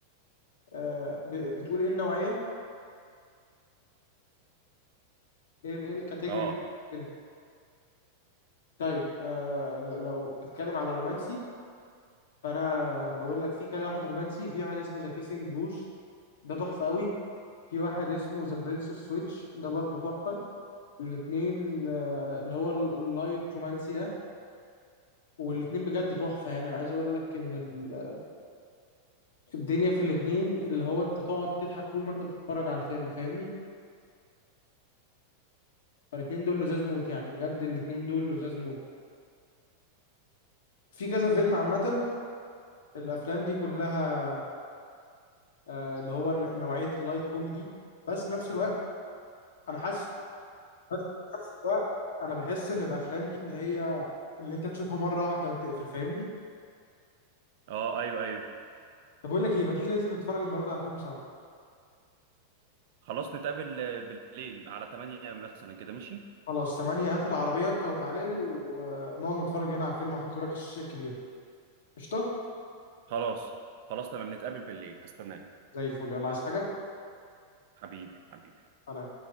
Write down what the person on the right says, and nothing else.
اه
اه ايوه ايوه
خلاص نتقابل آه، بالليل على 8 مثلا كده ماشي
خلاص خلاص تمام نتقابل بالليل هستناك
حبيبي حبيبي